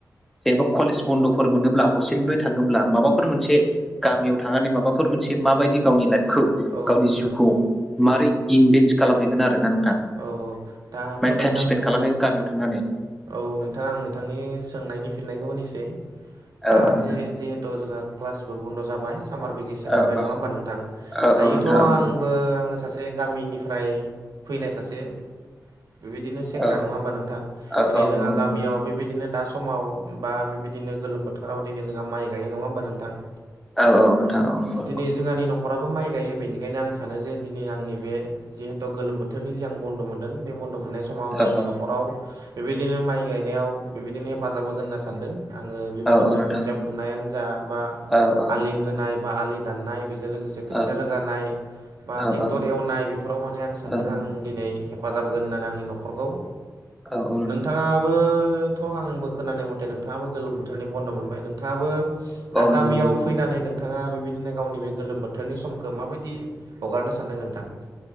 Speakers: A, in the centre; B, on the right.
A: जेनेबा कलेज बन्द'फोर मोनोब्ला हसेनोबो थाङोब्ला माबाफोर मोनसे गामियाव थांनानै माबाफोर मोनसे माबायदि गावनि लाइफ खौ
B: औ
A: गावनि
B: नोंथां
A: जिउखौ मारोरै इनभेस्ट खालामहैगोन आरोना नोंथां।
B: औ दाथ'
A: माने
B: नोंथां
A: टाइम स्पेन्ड
B: बुं
A: खालामहैगोन गामियाव थांनानै
B: औ नोंथां आं नोंथांनि सोंनायनि फिननायखौ होनोसै।
A: औ
B: दा
A: औ नोंथां
B: जे जिहेथु जोंहा क्लासबो बन्द' जाबाय सामार भेकेसन
A: औ
B: मोनबाय
A: औ
B: नङा होमबा नोंथां।
A: औ
B: दायोथ'
A: औ नोंथां
B: आं बो आङो सासे गामिनिफ्राय फैनाय सासे बेबायदिनो सेंग्रा
A: औ
B: नङा होमबा नोंथां
A: औ
B: दिनै
A: औ
B: जोंहा
A: नंगौ
B: गामियाव
A: नंगौ
B: बेबायदिनो दा समाव बा बेबायदिनो गोलोम बोथोराव दिनै जोंहा माइ गायो नङा होमबा नोंथां।
A: औ औ नोंथां औ नंगौ।
B: दिनै जोंहानि न'खराबो माइ गायो बेनिखायनो आं सानो जे दिनै आंनि बे जिहेतु गोलोम बोथोरनि जि आं बन्द' मोनदों बे बन्द' मोननाय समाव आङो
A: औ
B: आंनि
A: औ
B: न'खराव बेबायदिनो माइ गायनायाव बेबायदिनो हेफाजाब होगोन होनना सानदों। आङो बेबायदिनो
A: औ औ नोंथां
B: खोथिया फुनायानो जा बा
A: औ औ
B: आलि होनाय बा आलि दाननाय बेजों लोगोसे खोथिया
A: औ
B: रोगानाय बा
A: औ
B: ट्रेक्टर
A: औ नोंथां
B: एवनाय बेफोराव माने आं सानदों
A: औ
B: आं। दिनै हेफाजाब होगोन होननानै आंनि न'खरखौ
A: औ
B: नोंथाङाबोथ' आंबो खोनानाय मथे नोंथाङाबो गोलोम बोथोरनि बन्द' मोनबाय नोंथाङाबो दा गामियाव
A: नंगौ नंगौ
B: फैनानै नों नोंथाङा बेबायदिनो गावनि बे गोलोम बोथोरनि समखौ माबायदि हगारनो सानदों नोंथां?